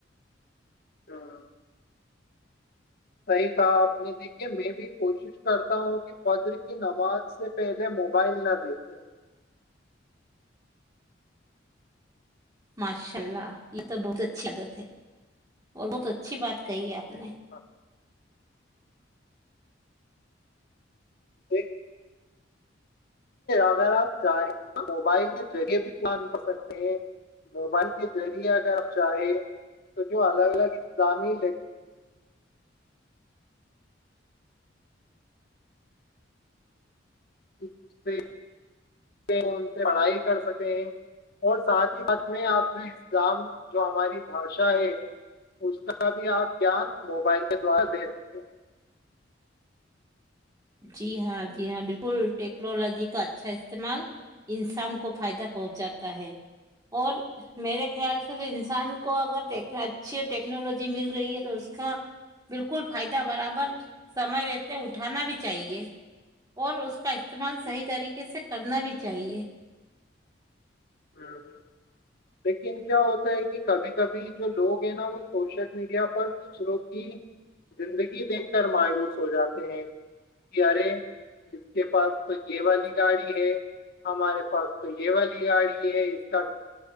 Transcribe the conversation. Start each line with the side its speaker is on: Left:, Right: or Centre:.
Left: ہاں صحیح کہا آپ نے دیکھیے میں بھی کوشش کرتا ہوں کہ فجر کی نماز سے پہلے موبائل نہ دیکھے
Right: ماشاء اللہ یہ تو بہت اچی عادت ہے اور بہت اچھی بات کہی ہے آپ جھ
Left: ہاں ایک اگر آپ چاہیں تو موبائل کے ذریعے بھی جان کر سکتے ہیں موبائل کے ذریعے اگر پ چاہیں تو جو الگ الگ اسلامی سے سے پڑھائی کر سکتے ہیں اور ساتھ ہی ساتھ میں آپ جو اسلام جو ہماری بھاشاہے اس کا بھی آپ گان موبائل کے دوارا دے سکتے ہیں
Right: جی ہاں جی ہاں بالکل ٹیکنالوجی کا اچھا استعمال انسان کو فائدہ پہنچاتا ہے اور میرے خیال سے تو انسان کو اگر اچھی ٹیکنالوجی مل رہی ہے تو اس کا بالکل فائدہ برابر سمئے رہتے اٹھانا بھی چاہیے اور اس کا استعمال
Left: ہیں
Right: صح طریقے سے کرنا بھی <unintelligible> چاہیے
Left: ہ لیکن کیا ہوتا ہے کہ کبھی کبھی جو لوگ ہیں نا وہ سوشل میڈیا پر دوسروں کی زندگی دیکھ کر مایروس ہو جاتے ہیں کہ ارے اس کے پاس تو یہ والی گاڑی ہے ہمارے پاس تو یہ والی گاڑی <unintelligible> یہ س